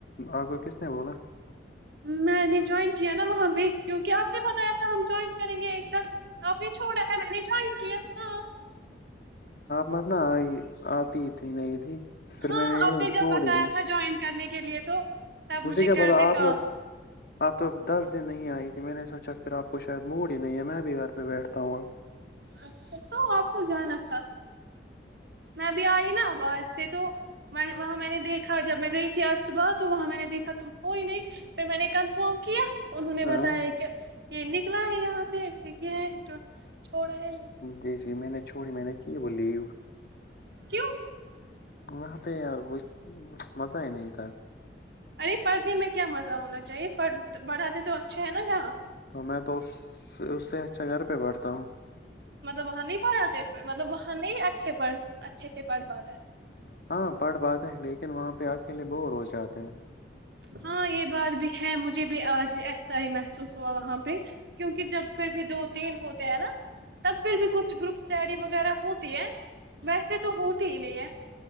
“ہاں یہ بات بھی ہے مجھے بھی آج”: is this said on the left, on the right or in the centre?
Right